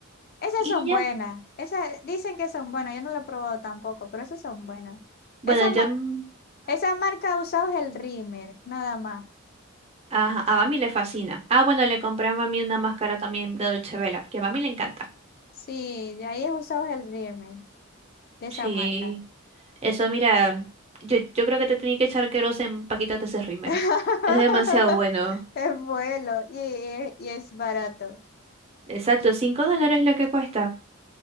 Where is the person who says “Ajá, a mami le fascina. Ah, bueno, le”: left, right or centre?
Right